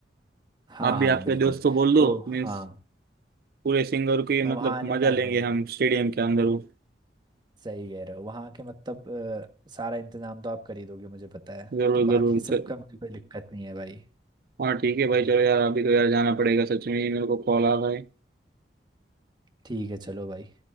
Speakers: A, on the right; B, on the right.
A: हाँ
B: आप
A: हाँ
B: भी आपके
A: बिल्कुल
B: दोस्त को बोल दो
A: तो
B: मीन्स
A: हाँ
B: पूरे सिंगर की
A: मैं
B: मतलब
A: वहाँ आने
B: मजा
A: का
B: लेंगे
A: हाँ
B: हम स्टेडियम के अंदर वो।
A: सही कह रहे हो वहाँ के मतलब अ, सारा इंतजाम तो आप कर ही दोगे मुझे पता है
B: जरूर
A: तो बाकी
B: जरूर
A: सबका
B: च-
A: मुझे कोई दिक्कत नहीं है भाई
B: हाँ ठीक है भाई चलो यार अभी तो यार जाना पड़ेगा सच में ही मेरे को कॉल आ रहा है
A: ठीक है चलो भाई